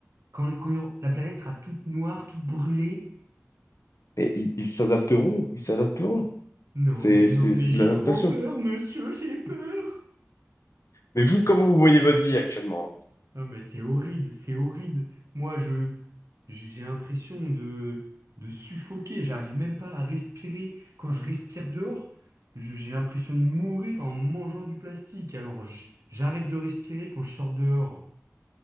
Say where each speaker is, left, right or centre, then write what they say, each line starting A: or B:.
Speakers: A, on the right; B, on the left.
A: Quand, quand la planète sera toute noire, toute brûlée?
B: Et ils ils s'adapteront, ils s'adapteront.
A: Non,
B: C'est,
A: mais
B: c'est,
A: non, mais
B: c'est
A: j'ai
B: de l'adaptation.
A: trop peur, monsieur, j'ai peur.
B: Mais vous, comment vous voyez votre vie actuellement?
A: Non, mais c'est horrible, c'est horrible. Moi, je, j'ai l'impression de, de suffoquer. J'arrive même pas à respirer. Quand je respire dehors, je- j'ai l'impression de mourir en mangeant du plastique. Alors, j- j'arrête de respirer quand je sors dehors.